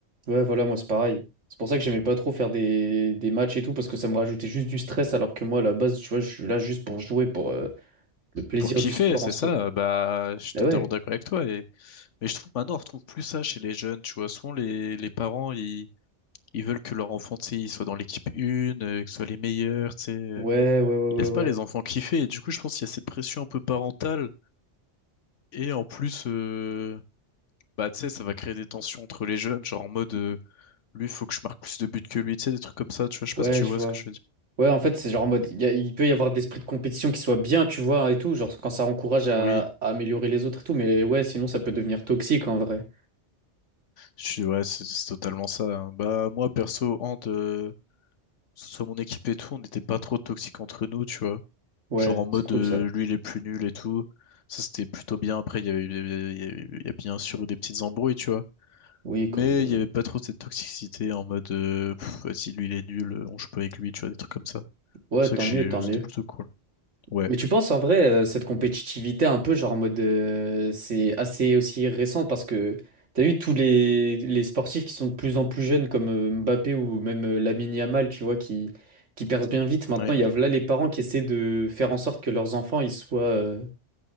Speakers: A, on the right; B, on the left.
A: Ouais, voilà, moi c'est pareil. C'est pour ça que j'aimais pas trop faire des... des matchs et tout, parce que ça me rajoutait juste du stress, alors que moi, à la base, tu vois, je suis là juste pour jouer, pour euh, le plaisir
B: Pour kiffer,
A: du sport
B: c'est
A: en soi.
B: ça, bah, je suis
A: Bah
B: totalement
A: ouais.
B: d'accord avec toi. Et... Mais je trouve maintenant, on retrouve plus ça chez les jeunes, tu vois. Souvent, les, les parents, ils, ils veulent que leur enfant, tu sais, il soit dans l'équipe une, euh, que ce soit les meilleurs, tu sais. euh.
A: Ouais, ouais, ouais,
B: Ils
A: ouais,
B: laissent
A: ouais.
B: pas les enfants kiffer. Et du coup, je pense qu'il y a cette pression un peu parentale Et en plus, euh, bah, tu sais, ça va créer des tensions entre les jeunes, genre en mode, euh, lui, faut que je marque plus de buts que lui, tu sais, des trucs comme ça, tu vois, je sais
A: Ouais,
B: pas si tu
A: je
B: vois
A: vois.
B: ce que je veux dire.
A: Ouais, en fait, c'est genre en mode, il y a- il peut y avoir de l'esprit de compétition qui soit bien, tu vois, hein, et tout, genre quand ça encourage à...
B: Oui,
A: à améliorer les autres et tout, mais ouais, sinon ça peut devenir toxique en vrai.
B: je suis, ouais, c'est c'est totalement ça. hein. Bah, moi, perso, Hand, euh, que ce soit mon équipe et tout, on n'était pas trop toxiques entre nous, tu vois.
A: Ouais,
B: Genre en mode,
A: c'est cool
B: euh,
A: ça.
B: lui, il est plus nul et tout. Ça, c'était plutôt bien. Après, il y avait, il y avait- il y avait- il y a bien sûr eu des petites embrouilles, tu vois.
A: Oui, comme...
B: Mais
A: euh,
B: il y avait pas trop cette toxicité en mode, euh, pff, vas-y, lui, il est nul, on joue pas avec lui, tu vois, des trucs comme ça.
A: Ouais,
B: C'est ça
A: tant
B: que j'ai,
A: mieux, tant mieux.
B: c'était plutôt cool. Ouais.
A: Mais tu penses en vrai, euh, cette compétitivité un peu, genre en mode, euh, c'est assez aussi récent parce que t'as vu tous les, les sportifs qui sont de plus en plus jeunes comme euh, Mbappé ou même euh, Lamine Yamal, tu vois, qui, qui percent bien vite.
B: Ouais.
A: Maintenant, il y a là les parents qui essaient de faire en sorte que leurs enfants, ils soient, euh,